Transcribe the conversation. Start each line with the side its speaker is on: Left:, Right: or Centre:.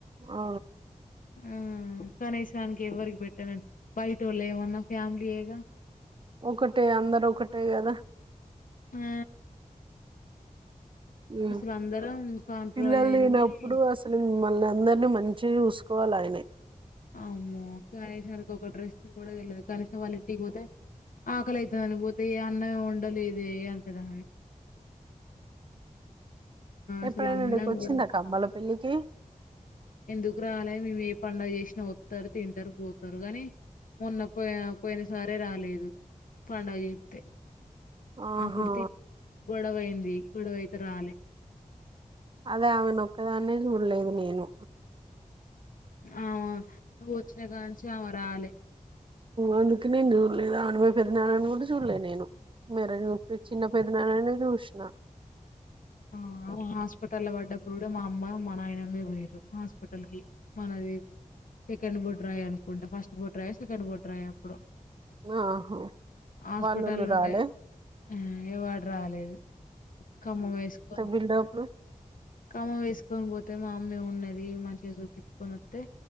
Right: ఆ
Left: ఆ కనీసానికి ఎవ్వరికి పెట్టానండి బయట వాళ్ళు ఏమన్నా ఫ్యామిలీ ఏగా
Right: ఒకటే అందరు ఒకటే కదా
Left: ఆ
Right: ఆ
Left: అసలు అందరం కాంప్రమైజ్
Right: పిల్లలు
Left: అయినాం
Right: లేనప్పుడు
Left: గాని
Right: అసలు మిమ్మల్ని అందరినీ మంచిగా చూసుకో కూలా అయినే
Left: అమ్మో, కనీసానికి ఒక డ్రెస్ కూడా వెలేదు కనీసం వాళ్ళు ఇంటికి పోతే ఆకలి అయితుందని పోతే అన్నయం వండలేదే అంటది ఆమె
Right: ఎప్పుడైనా
Left: అసలు అన్నం
Right: నీకు వచ్చిందా
Left: కూడా
Right: కమల పెళ్లికి కె
Left: ఎందుకు రాలేదు మేము ఏ పండుగ చేసినా వస్తారు తింటారు పోతారు కానీ మొన్న పోయి పోయిన సరే రాలేదు పండుగ చేతే
Right: ఆహా
Left: అప్పుడు తి గొడవైంది ఉంది గొడవయితే రాలే
Right: అదే ఆమెన ఒక్కదాన్న చూడలేదు నేను
Left: ఆమె నువ్వు వచ్చినా కా నుంచి ఆమె రాలే
Right: అందుకే నేను చూడలేదు అప్పుడ మీ పెద్దనాన్న కూడా చూడలేదు నేను మరి ఓ చిన్న పెద్దనా ష్ణ
Left: ఆ హాస్పిటల్ లో పడ్డప్పుడు కూడా మా అమ్మ మా నాయనమ్మే పోయిర్రు హాస్పిటల్ కి మనది సెకండ్ బొడ్రాయి అనుకుంటా ఫస్ట్ బొడ్రాయి సెకండ్ బొడ్రాయప్పుడు
Right: ఆహా
Left: హాస్పిటల్
Right: వాళ్ళోళ్ళు
Left: లుంటే
Right: రాలే
Left: ఆ ఎవ్వాడు రాలేదు ఖమ్మం వేసుకు
Right: బిల్డోప్ లు
Left: ఖమ్మం వేసుకొని పోతే మా అమ్మ ఏమి ఉన్నది మంచిగ చూపించుకొని వత్తే